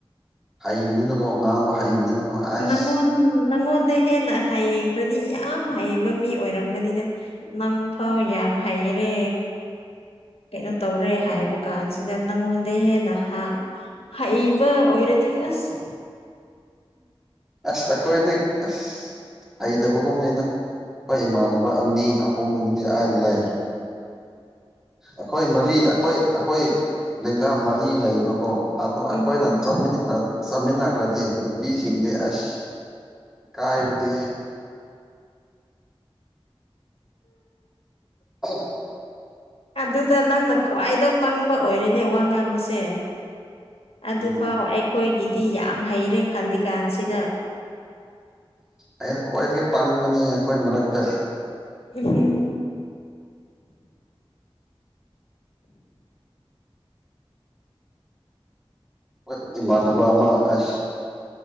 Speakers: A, in the centre; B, on the left.
A: ꯍꯩꯕꯅꯤꯅꯀꯣ ꯉꯥꯡꯕ ꯍꯩꯕꯅꯤꯅꯀꯣ ꯑꯁ
B: ꯅꯪꯉꯣꯟ ꯅꯪꯉꯣꯟꯗ ꯍꯦꯟꯅ ꯍꯩꯈ꯭ꯔꯗꯤ ꯌꯥꯝ ꯍꯩꯕ ꯃꯤ ꯑꯣꯏꯔꯝꯒꯅꯤꯅꯦ ꯅꯪ ꯐꯥꯎ ꯌꯥꯝ ꯍꯩꯔꯦ ꯀꯩꯅꯣ ꯇꯧꯔꯦ ꯍꯥꯏꯕ ꯀꯥꯟꯁꯤꯗ ꯅꯪꯉꯣꯟꯗ ꯍꯦꯟꯅ ꯍꯥ ꯍꯩꯕ ꯑꯣꯏꯔꯗꯤ ꯑꯁ
A: ꯑꯁ ꯑꯩꯈꯣꯏꯗꯤ ꯑꯁ ꯍꯩꯇꯕꯒꯨꯝꯅꯤꯗ ꯈꯣꯏ ꯏꯃꯥꯟꯅꯕ ꯑꯅꯤ ꯑꯍꯨꯝꯗꯤ ꯑꯩ ꯂꯩ ꯑꯩꯈꯣꯏ ꯃꯔꯤ ꯑꯩꯈꯣꯏ ꯑꯩꯈꯣꯏ ꯂꯦꯡꯒ ꯃꯔꯤ ꯂꯩꯕꯀꯣ ꯑꯗꯣ
B: ꯎꯝ
A: ꯑꯈꯣꯏꯅ ꯆꯠꯃꯤꯟ ꯈꯔ ꯆꯥꯃꯤꯟꯅꯈ꯭ꯔꯗꯤ ꯅꯨꯄꯤꯁꯤꯡꯗꯤ ꯑꯁ ꯀꯥꯏꯕꯗꯤ <unintelligible>
B: ꯑꯗꯨꯗ ꯅꯪꯅ ꯈ꯭ꯋꯥꯏꯗ ꯄꯪꯕ ꯑꯣꯏꯔꯅꯦ ꯋꯥ ꯉꯥꯡꯕꯁꯦ ꯑꯗꯨꯐꯥꯎ
A: ꯎꯝ
B: ꯑꯩꯈꯣꯏꯒꯤꯗꯤ ꯌꯥꯝ ꯍꯩꯔꯦ ꯈꯂꯤꯀꯥꯟꯁꯤꯗ
A: ꯑꯩꯅ ꯈ꯭ꯋꯥꯏꯗꯒꯤ ꯄꯪꯕꯅꯦ ꯑꯩꯈꯣꯏ ꯃꯔꯛꯇ
B: <unintelligible>
A: ꯍꯣꯏ ꯏꯃꯥꯟꯅꯕ ꯑꯃ ꯑꯁ